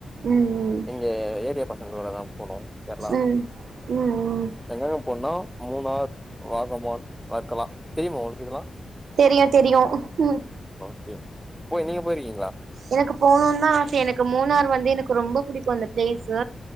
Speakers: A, on the right; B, in the centre.
A: ம் ம்
B: இங்க ஏரியா பசங்ளோடதா போனோ கேர்ளா
A: ம் ம் ம்
B: எங்கெங்க போன்னா மூணார் ராகமான் வர்கலா தெரியுமோ உங்ளுக் இதெல்லா
A: தெரியு தெரியு உஹும்
B: ஒகெ போய் நீங்க போயிருக்
A: எனக்கு போணுன்தா ஆசியே எனக்கு மூணார் வந்து எனக் ரொம்பப் புடிக்கு அந்த ப்ளேஸு